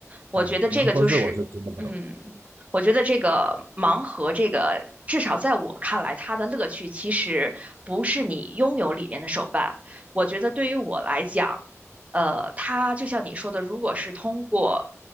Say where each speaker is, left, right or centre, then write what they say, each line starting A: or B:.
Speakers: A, on the right; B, on the right.
A: 我觉得这个就是，
B: 但洋盒子我是真的不懂。
A: 嗯，我觉得这个盲盒，这个至少在我看来，它的乐趣其实不是你拥有里面的手办。我觉得对于我来讲，呃，它就像你说的，如果是通过